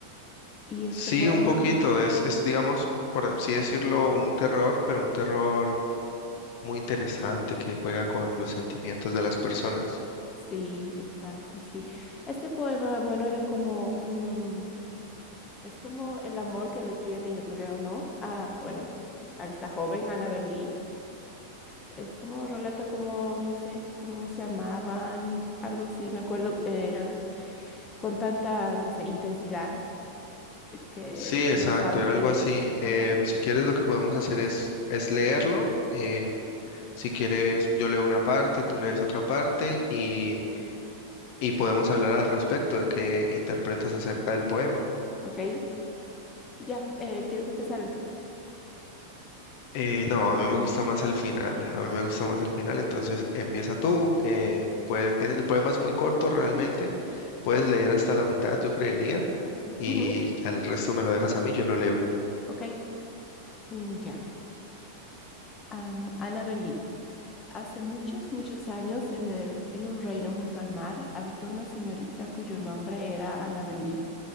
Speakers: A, on the left (about 25°); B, on the left (about 45°).
A: Y este
B: Sí,
A: poema,
B: un poquito,
A: sí.
B: es, es digamos, por así decirlo, un terror, pero un terror muy interesante que juega con los sentimientos de las personas.
A: Sí, exacto, sí. Este poema, bueno, era como un, um, es como el amor que le tiene, yo creo, ¿no? Ah, bueno, a esta joven, Annabel Lee. Es como relata como, no sé, cómo se amaban, algo así, me acuerdo, era con tanta, no sé, intensidad que
B: Sí, exacto,
A: Los Ángeles.
B: era algo así.
A: Ajá,
B: Eh, si quieres, lo que podemos hacer es, es leerlo. eh, si quieres, yo leo una parte, tú lees otra parte y, y podemos hablar al respecto de qué interpretas acerca del poema.
A: ok, ya. eh, ¿quieres empezar entonces?
B: Eh, no, a mí me gusta más el final, a mí me gusta más el final, entonces empieza tú. eh, pues el el poema es muy corto realmente,
A: Ajá,
B: puedes leer hasta la mitad, yo creería, y
A: ujú,
B: al resto me lo dejas a mí, yo lo leo.
A: ok, mm, ya. Am, Annabel Lee. Hace muchos, muchos años, en el, en un reino junto al mar, habitó una señorita cuyo nombre era Annabel Lee,